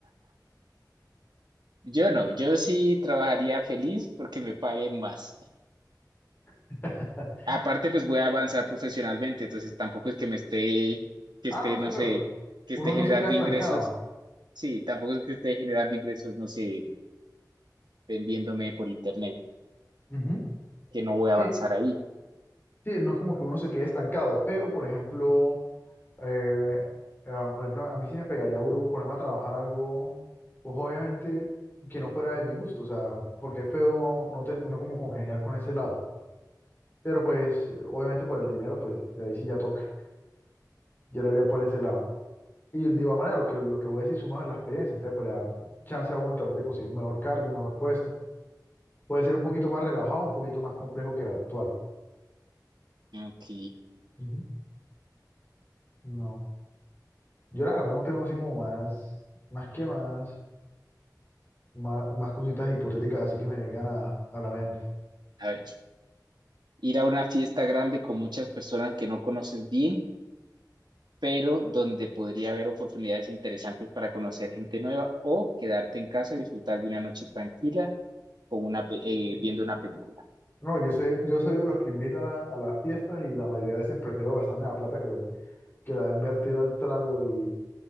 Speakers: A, on the right (about 80°); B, on the left (about 30°).
A: Yo no, yo sí trabajaría feliz porque me paguen más.
B: <laughs>
A: Aparte, pues voy a avanzar profesionalmente, entonces tampoco es que me esté, que
B: Ah,
A: esté,
B: no, sí,
A: no
B: claro.
A: sé, que
B: Uno
A: esté generando
B: no se queda estancado.
A: ingresos. Sí, tampoco es que esté generando ingresos, no sé, vendiéndome por internet,
B: Ujú.
A: que no voy
B: Sí,
A: a avanzar ahí.
B: Sí, no es como que uno se quede estancado, pero por ejemplo, eh, ah, por ejemplo, a mí sí me pegaría duro ponerme a trabajar algo, pues obviamente que no fuera de mi gusto, o sea, porque es feo no, no, tener- no como congeniar con ese lado, pero pues obviamente por el dinero, pues de ahí sí ya toca, yo lo haría por ese lado. Y de igual manera, lo que, lo que voy a decir suma la experiencia, entonces pues le da chance a uno también de conseguir un mejor cargo, un mejor puesto, puede ser un poquito más relajado, un poquito más complejo que el actual.
A: Ok,
B: Ujú. No. Yo la verdad no tengo así como más, más que más, más, más cositas hipotéticas así que me vengan a, a la mente.
A: a ver. Ir a una fiesta grande con muchas personas que no conoces bien, pero donde podría haber oportunidades interesantes para conocer gente nueva o quedarte en casa y disfrutar de una noche tranquila con una, pe- eh, viendo una película.
B: No, yo soy, yo soy de los que invitan a, a las fiestas y la mayoría de veces prefiero gastarme la plata que, que la voy a invertir al trago y,